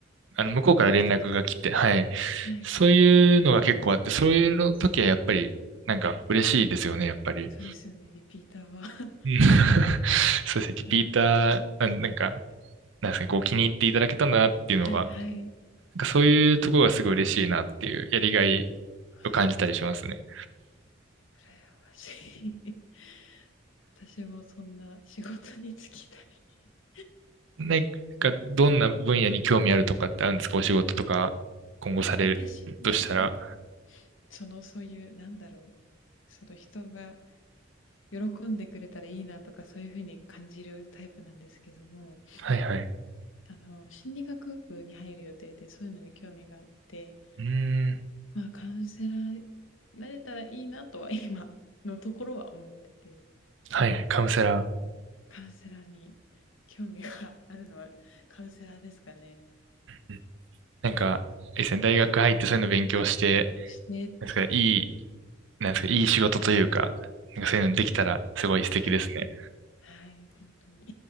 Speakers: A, on the right (about 70°); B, on the left (about 80°).
A: あの、
B: あ、
A: 向こうから連絡が来て、
B: 来てくださったことか。
A: はい。
B: はい。
A: そういうのが結構あって、そういうの時はやっぱり、なんか嬉しいですよね、やっぱり。
B: そうですよね、リピーターは。<laughs>
A: うん <laughs> そうですね、リピーター、
B: ああ、信頼してくれて。
A: なんなんか、なんですかね、こう気に入っていただけたんだなっていうのが、
B: はいはい。
A: なんかそういうところがすごい嬉しいなっていう、やりがい
B: あ
A: を感じたりしますね。
B: あ、羨ましい。私もそんな仕事に就きたい。<laughs>
A: なんか、どんな分野に興味あるとかってあるんですかお仕事とか、今後されるとしたら。
B: 私も、そのそういう、なんだろう、その人が喜んでくれたらいいなとかそういうふうに感じるタイプなんですけども、
A: はいはい。
B: あの、心理学部に入る予定でそういうのに興味があって、
A: うーん。
B: まあカウンセラーなれたらいいなとは今のところは思ってて、
A: はいはい、カウンセラ
B: カウンセラーに興味があるのはカウンセラーですかね。
A: ー。うんなんか、え、ですね大学入ってそういうの勉強して、
B: はい。して
A: なんですか、いい、なんですか、いい仕事というか、なんかそういうのできたらすごい素敵ですね。
B: か、はい。はい。本当に。